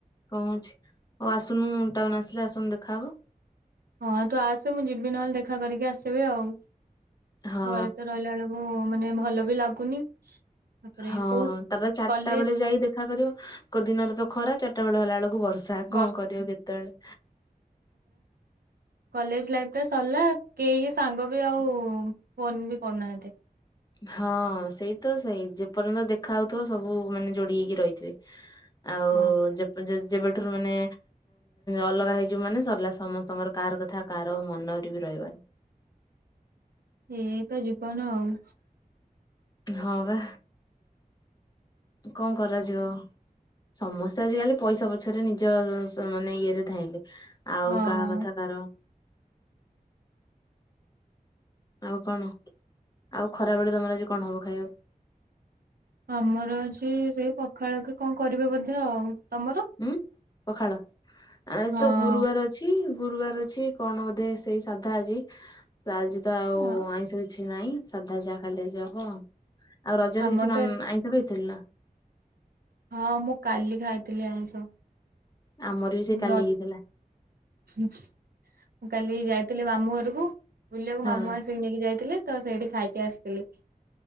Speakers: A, on the left (about 25°); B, on the right (about 85°).
A: ହଉଛି ଆଉ ଆସୁନୁ ଟାଉନ୍ ଆସିଲେ ଆସନୁ ଦେଖା ହବ।
B: ହଁ ତୁ ଆସେ ମୁଁ ଜିବି ନହେଲେ ଦେଖା କରିକି ଆସିବି ଆଉ।
A: ହଁ
B: ଘରେ ତ ରହିଲା ବେଳକୁ ମାନେ ଭଲ ବି ଲାଗୁନି ତାପରେ
A: ହଁ
B: କୋଉ
A: ତାପରେ ଚାରିଟା
B: କଲେଜ
A: ବେଳେ ଯାଇ ଦେଖା କରିବ କୋଉ ଦିନର ତ ଖରା ଚାରିଟା ବେଳ ହେଲା ବେଳକୁ ବର୍ଷା। ର୍ଷା
B: ବର୍ଷ
A: କଣ କରିବ କେତେବେଳେ।
B: କଲେଜ୍ ଲାଇଫ୍ ଟା ସରିଲା କେହି ସାଙ୍ଗ ବି ଆଉ ଫୋନ୍ ବି କରୁନାହାନ୍ତି।
A: ହଁ ସେଇ ତ ସେଇ ଯେପର୍ଯ୍ୟନ୍ତ ଦେଖା ହଉଥିବ ସବୁ ମାନେ ଯୋଡି ହେଇକି ରହିଥିବେ। ଆଉ
B: ହଁ
A: ଯେପର୍ଯ ଯେବେ ଠାରୁ ମାନେ ଅଲଗା ହେଇଯିବ ମାନେ ସରିଲା ସମସ୍ତଙ୍କର କାହାର କଥା କାହାର ଆଉ ମନରେ ବି ରହିବନି।
B: ଏଇତ ଜୀବନ ଆଉ।
A: ହଁ ବା କଣ କରାଯିବ ସମସ୍ତେ ଆଜିକାଲି ପଇସା ପଛରେ ନିଜ ମାନେ ଇଏରେ ଧାଇଁଲେ। ଆଉ
B: ହଁ।
A: କାହା କଥା କାହାର ଆଉ କଣ? ଆଉ ଖରା ବେଳେ ତମର ଆଜି କଣ ହବ ଖାଇବାକୁ?
B: ଆମର ଆଜି ସେଇ ପଖାଳ କି କଣ କରିବେ ବୋଧେ? ଧେ ଆଉ। ତମର?
A: ଉଁ ପଖାଳ। ଆଜି
B: ହଁ
A: ତ ଗୁରୁବାର ଅଛି। ଗୁରୁବାର ଅଛି କଣ ବୋଧେ ସେଇ ସାଧା ଆଜି। ଆଜି ତ ତ ଆଉ
B: ହଁ,
A: ଆଇଁଷ କି କିଛି ନାଇଁ ସାଧା ଯାହା ଖାଲି ଆଜି ହବ ଆଉ। ଆଉ ରଜରେ
B: ଆମର
A: କିଛି
B: ତ
A: ନନ୍ ଆଇଁଷ ଖାଇଥିଲୁ ନା?
B: ହଁ ମୁଁ କାଲି ଖାଇଥିଲି ଆଇଁଷ।
A: ଆମର ବି ସେ କାଲି
B: ରଜ୍
A: ହେଇଥିଲା।
B: ମୁଁ କାଲି ଯାଇଥିଲି ମାମୁଁ ଘରକୁ ବୁଲିବାକୁ
A: ହଁ
B: ମାମୁଁ ଆସିକି ନେଇକି ଯାଇଥିଲେ। ତ ସେଇଠି ଖାଇକି ଆସିଥିଲି।